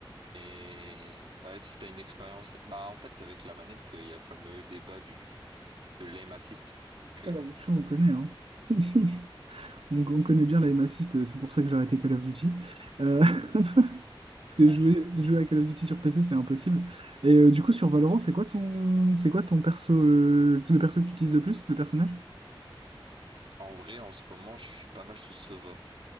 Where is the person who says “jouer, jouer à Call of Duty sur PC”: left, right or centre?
Right